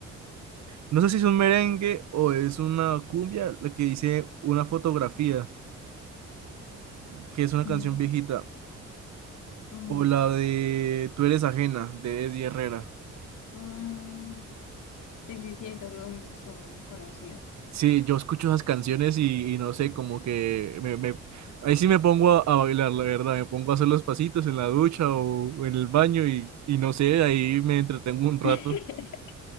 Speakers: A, on the right; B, on the left.
A: no sé si es un merengue o es una cumbia, la que dice una fotografía, que es una
B: No.
A: canción viejita,
B: Mm,
A: o la de Tú eres ajena, de Eddie Herrera.
B: mm, sí, sí, sí, esas son, son conocidas.
A: Sí, yo escucho esas canciones y, y no sé, como que me, me- ahí sí me pongo a, a bailar, la verdad, me pongo a hacer los pasitos en la ducha o en el baño y, y no sé, ahí me entretengo un rato.
B: <laughs>